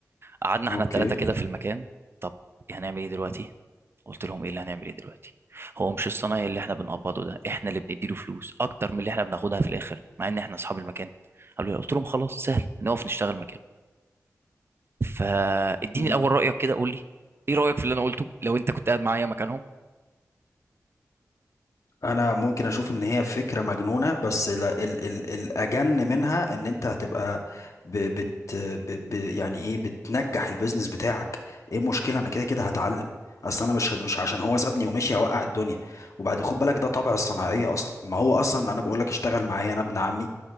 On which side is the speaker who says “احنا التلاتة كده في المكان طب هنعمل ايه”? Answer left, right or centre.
Right